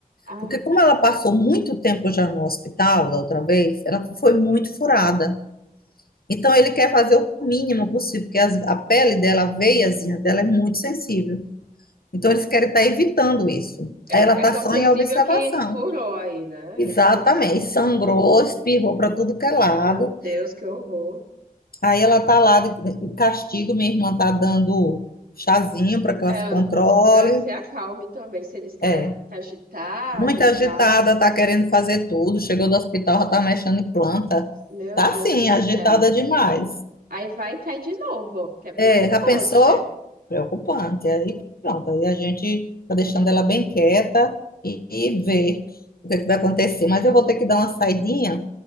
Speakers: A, on the right (about 75°); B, on the left (about 80°).
A: Ah,
B: Porque como ela passou muito tempo já no hospital da outra vez, ela foi muito furada. Então ele quer fazer o mínimo possível, porque as- a pele dela, a veiazinha dela é muito sensível. Então eles querem estar evitando isso.
A: é,
B: Aí ela está
A: é tão
B: só
A: sensível
B: em observação.
A: que furou aí, né?
B: Exatamente. Sangrou, espirrou para tudo que é lado.
A: Meu Deus, que horror.
B: Aí ela está lá de de castigo, minha irmã está dando chazinho para que ela
A: É,
B: se controle.
A: pra que se acalme também. Você disse que
B: É.
A: ela era muito agitada
B: Muito
A: e
B: agitada,
A: tal.
B: tá querendo fazer tudo. Chegou do hospital, já tá mexendo em planta.
A: Meu
B: Tá
A: Deus
B: sim,
A: do céu.
B: agitada demais.
A: Aí vai e cai de novo, que é preocupante.
B: É, já pensou? Preocupante. Aí pronto, aí a gente tá deixando ela bem quieta e, e ver o que é que vai acontecer. Mas eu vou ter que dar uma saidinha,